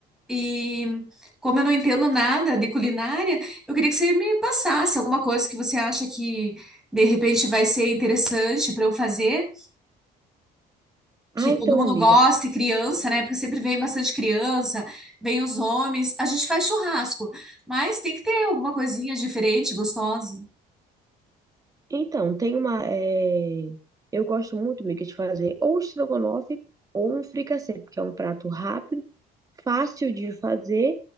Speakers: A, in the centre; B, on the right (about 20°).
A: E como eu não entendo nada de culinária, eu queria que você me passasse alguma coisa que você acha que de repente vai ser interessante para eu fazer
B: Ah,
A: que todo
B: então,
A: mundo
B: amiga.
A: gosta, e criança, né? Porque sempre vem bastante criança, vem os homens. A gente faz churrasco, mas tem que ter alguma coisinha diferente, gostosa.
B: Então, tem uma. eh, Eu gosto muito, Mica, de fazer ou estrogonofe ou um fricassê, porque é um prato rápido, fácil de fazer.